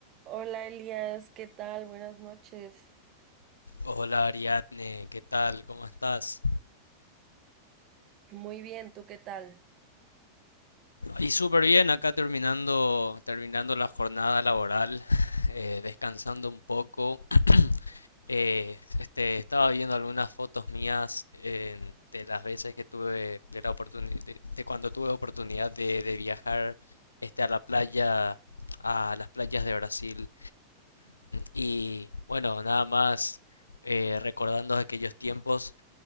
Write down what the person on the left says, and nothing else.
Hola Ariadne, ¿qué tal? ¿Cómo estás?
Y súper bien, acá terminando, terminando la jornada laboral, <laughs> eh, descansando un poco. Eh, este, estaba viendo algunas fotos mías en- de las veces que tuve, de la oportunidad, de, de cuando tuve oportunidad de, de viajar este, a la playa, a las playas de Brasil. Y bueno, nada más eh, recordando aquellos tiempos.